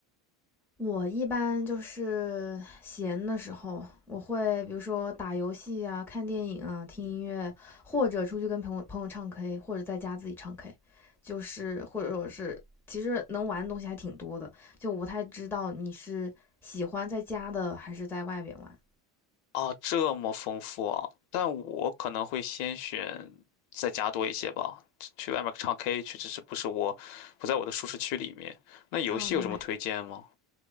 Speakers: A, in the centre; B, on the left.
A: 我一般就是闲的时候，我会比如说打游戏啊、看电影啊、听音乐，或者出去跟朋友朋友唱 K，或者在家自己唱 K，就是或者说是其实能玩的东西还挺多的，就我不太知道你是喜欢在家的还是在外边玩
B: 啊，这么丰富啊！但我可能会先选在家多一些吧，去外面唱 K 去，只是不是我不在我的舒适区里面。那游戏有什么推荐吗？
A: 啊。明白。